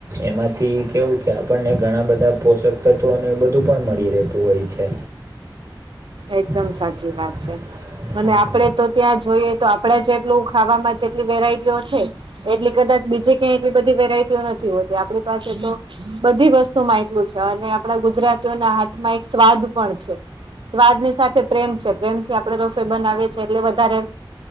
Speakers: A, on the right (about 40°); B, on the right (about 80°).
A: એમાંથી કેવું કે આપણને ઘણા બધા પોષક તત્વો અને બ ધું પણ મળી રહેતું હોય છે.
B: એકદમ
A: હમ.
B: સાચી વાત છે. અને આપણે તો ત્યાં જોઈએ તો આપણે જેટલું ખાવામાં જેટલી વેરાયટીઓ છે એટલી કદાચ બીજે ક્યાં એટલી બધી વેરાયટીઓ નથી હોતી આપણી પાસે તો બધી વસ્તુમાં એટલું છે અને આપડા ગુજરાતીઓના હાથમાં એક સ્વાદ પણ છે સ્વાદ ની સાથે પ્રેમ છે પ્રેમથી આપડે રસોઈ બનાવીએ છે એટલે વધારે